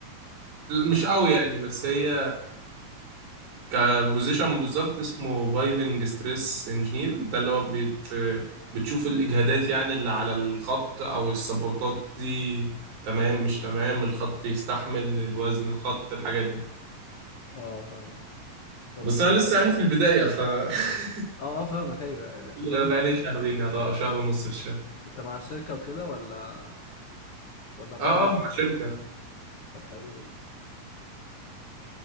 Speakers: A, on the right; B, on the left.
A: مش
B: اقصى
A: قوي يعني بس هي كبوزيشن بالظبط اسمه بايفنج ستريس انجينير ده اللي هو بيت بتشوف الاجهادات يعني اللي على الخط او السبورتات دي تمام مش تمام الخط يستحمل الوزن الخط الحاجات دي
B: اه فاهمك طب
A: بس انا لسه يعني في البدايه ف <laughs>
B: اه آه، فاهمك ايوه لا، طب
A: انا
B: انت
A: بقالي شهرين يعني طبعا شهر ونص في الشهر
B: انت مع الشركه وكده ولا ولا نظام
A: اه اه
B: الشغل
A: مع شركه
B: ايه طب حلو جدا